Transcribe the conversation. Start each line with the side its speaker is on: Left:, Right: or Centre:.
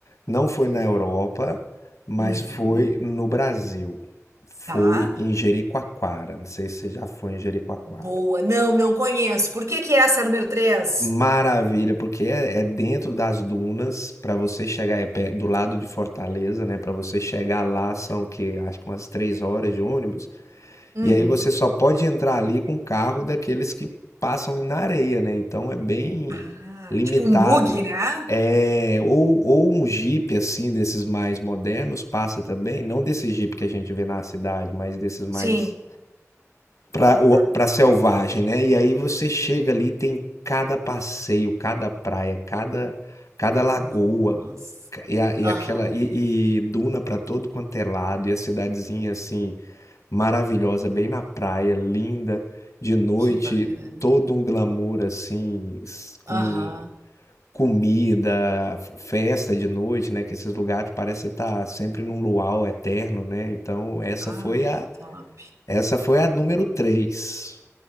Left: não foi na Europa, mas
Right: Uhum.
Left: foi no Brasil. Foi
Right: Tá?
Left: em Jericoacoara. Não sei se você já foi em Jericoacoara.
Right: Boa. Não, não conheço. Por que que essa é a número três
Left: Maravilha, porque é, é dentro das dunas, para você chegar é pé- do lado de Fortaleza, né? Para você chegar lá são o quê? Acho que umas três horas de ônibus.
Right: Uhum.
Left: E aí você só pode entrar ali com o carro daqueles que passam na areia, né? Então é bem
Right: Ah,
Left: limitado.
Right: tipo um bug, né?
Left: É, ou, ou um Jeep assim, desses mais modernos, passa também, não desse Jeep que a gente vê na cidade, mas desses mais
Right: Sim.
Left: pra, o-
Right: Ah,
Left: pra selvagem, né? E aí você chega ali, tem cada passeio, cada praia, cada, cada lagoa,
Right: nossa.
Left: ca- e, a- e
Right: Aham,
Left: aquela, e, e duna pra todo quanto é lado, e a cidadezinha assim maravilhosa, bem na praia, linda, de noite,
Right: que bacana.
Left: todo um glamour assim, s- com
Right: Aham.
Left: comida, festa de noite, né? Que esses lugares parece estar sempre num luau eterno, né? Então, essa
Right: Ai,
Left: foi a
Right: que top.
Left: essa foi a número três